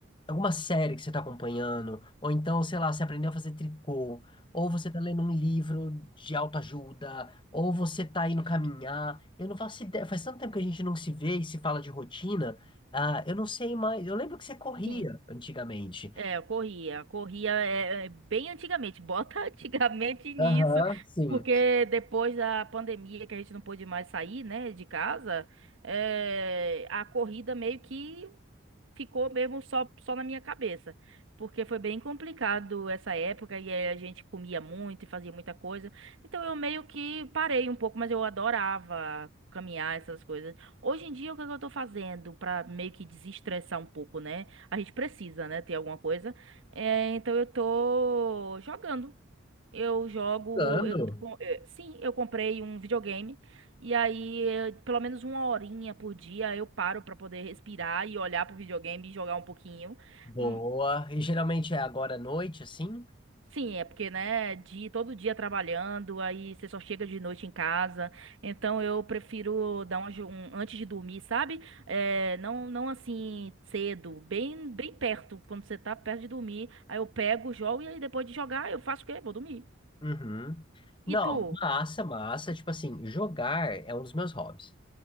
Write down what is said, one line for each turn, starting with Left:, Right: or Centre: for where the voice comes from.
Left: alguma série que você está acompanhando, ou então, sei lá, você aprendeu a fazer tricô, ou você está lendo um livro de autoajuda, ou você está indo caminhar. Eu não faço ideia, faz tanto tempo que a gente não se vê e se fala de rotina, ah, eu não sei mais. Eu lembro que você corria
Right: Sim.
Left: antigamente.
Right: É, eu corria. Corria é, é, bem antigamente. Bota <laughs> antigamente nisso,
Left: Aham, sim.
Right: porque depois da pandemia que a gente não pôde mais sair, né, de casa, é, a corrida meio que ficou mesmo só, só na minha cabeça. Porque foi bem complicado essa época e aí a gente comia muito e fazia muita coisa. Então eu meio que parei um pouco, mas eu adorava caminhar essas coisas. Hoje em dia, o que é que eu tô fazendo pra meio que desestressar um pouco, né? A gente precisa, né, ter alguma coisa. É, então eu tô jogando. Eu jogo,
Left: Ando.
Right: eu, com- eh, sim, eu comprei um videogame e aí eh, pelo menos uma horinha por dia eu paro pra poder respirar e olhar pro videogame e jogar um pouquinho.
Left: Boa.
Right: Hum,
Left: E geralmente é agora à noite, assim?
Right: Sim, é porque, né, de todo dia trabalhando, aí você só chega de noite em casa. Então eu prefiro dar uma, jo- um antes de dormir, sabe? Eh, não, não assim cedo, bem, bem perto, quando você tá perto de dormir. Aí eu pego, jogo e aí depois de jogar eu faço o quê? Vou dormir.
Left: Uhum.
Right: E
Left: Não,
Right: tu?
Left: massa, massa. Tipo assim, jogar é um dos meus hobbies.